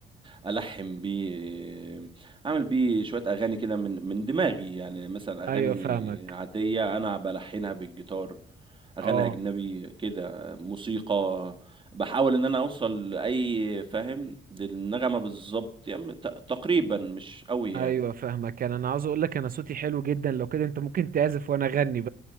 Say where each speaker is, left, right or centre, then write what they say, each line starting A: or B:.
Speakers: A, on the right; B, on the right.
A: آه، الحن بيه آه، اعمل بيه شوية اغاني كده من من دماغي يعني مثلا اغاني
B: ايوه فاهمك
A: عادية انا بلحنها بالجيتار اغاني
B: اه
A: اجنبي كده موسيقى بحاول ان انا اوصل لاي فاهم للنغمة بالظبط يعني ت- تقريبا مش قوي يعني
B: ايوه فاهمك انا انا عاوز اقول لك انا صوتي حلو جدا لو كده انت ممكن تعزف وانا اغني